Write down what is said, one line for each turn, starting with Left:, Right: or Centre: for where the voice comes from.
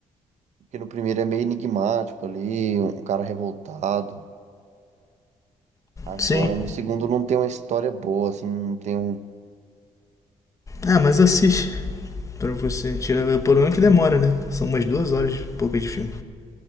Right: Porque no primeiro é meio enigmático ali, um cara revoltado. Agora
Left: Sim.
Right: no segundo não tem uma história boa, assim, não tem um.
Left: Ah, mas assiste pra você.
Right: Vou assistir,
Left: Tira... O problema é que demora, né? São umas duas horas e poucas de filme,